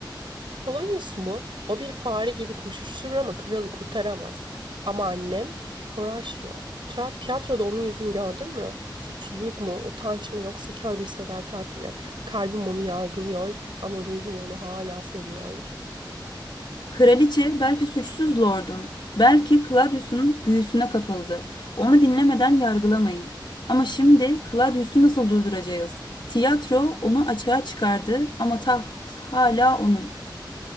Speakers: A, on the right (about 85°); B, on the left (about 65°).
A: Polonyus mu? O bir fare gibi koşuşturur ama kralı kurtaramaz. Ama annem Horatio. Tra- Tiyatroda onun yüzünü gördün mü? Suçluluk mu, utanç mı yoksa kör bir sadakat mi? Kalbim onu yargılıyor ama ruhum onu hala seviyor.
B: Kraliçe belki suçsuz lordum, belki Claudius'un büyüsüne kapıldı. Onu dinlemeden yargılamayın. Ama şimdi Claudius'u nasıl durduracağız? Tiyatro onu açığa çıkardı ama taht hala onun.